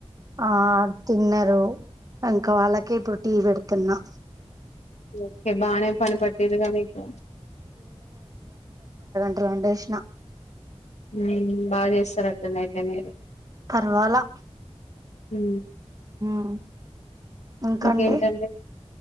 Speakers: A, on the right; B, on the left.
A: ఆ తిన్నారు ఇంకా వాళ్ళకే ఇప్పుడు టీ పెడుతున్నా
B: ఓకే బానే పని పట్టిరుగా మీకు
A: రెండు ఏసిన
B: ఉ బాగా చేస్తారు అయితే నైట్ టే మీరు
A: పర్వాలా
B: ఉ
A: మ్ ఇంకండి
B: ఇంకా ఏంటండీ